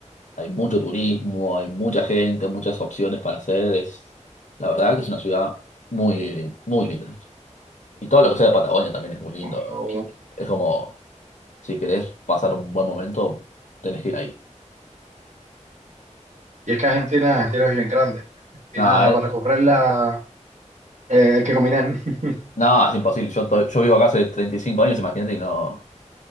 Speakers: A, on the left; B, on the right.
A: hay mucho turismo, hay mucha gente, muchas opciones para hacer. Es, la verdad que es una ciudad muy, muy linda. Y todo lo que sea de Patagonia también es muy lindo.
B: Oh, vale.
A: Es como si querés pasar un buen momento, tenés que ir ahí.
B: Y es que Argentina, Argentina es bien grande. Argentina
A: Nada, eh,
B: para recorrerla eh, hay que caminar. <laughs>
A: nada, es imposible. Yo, to- yo vivo acá hace 35 años, imagínate, y no,